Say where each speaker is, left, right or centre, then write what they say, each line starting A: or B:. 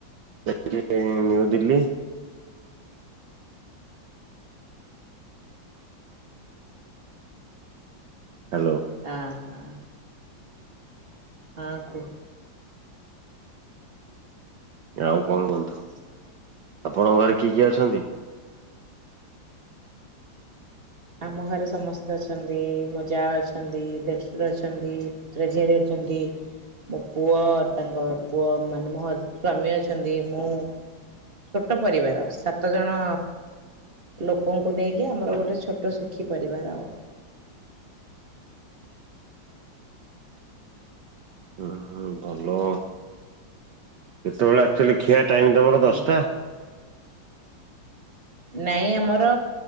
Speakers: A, on the right; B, on the right.
A: <unintelligible> ନ୍ୟୁ ଦିଲ୍ଲୀ। ହ୍ୟାଲୋ।
B: ଆ ହା ହ କୁହ?
A: ଆଉ କଣ କୁହନ୍ତୁ ଆପଣଙ୍କ ଘରେ କିଏ କିଏ ଅଛନ୍ତି?
B: ଆମ ଘରେ ସମସ୍ତେ ଅଛନ୍ତି ମୋ ଯା ଅଛନ୍ତି ଦେଢ଼ଶର ଅଛନ୍ତି। ପୁତ୍ ରା ଝିଆରି ଅଛନ୍ତି। ମୋ ପୁଅ ତାଙ୍କର ପୁଅ ମାନେ ମୋ ହଜ୍ ସ୍ଵାମୀ ଅଛନ୍ତି ମୁଁ ଛୋଟ ପରିବାର ସାତ ଜଣ ଲୋକଙ୍କୁ ନେଇକି ଆମର ଗୋଟେ ଛୋଟ ଛୋଟ ଶୁଖିପାରିବାର ଆଉ।
A: ହୁଁ ହୁଁ ଭଲ ଆଉ କେତେବେଳେ ଆକ୍ଚୁଆଲି ଖିଆ ଟାଇମ୍ ତମର
B: ହଁ।
A: ଦଶଟା।
B: ନାଇଁ ଆମର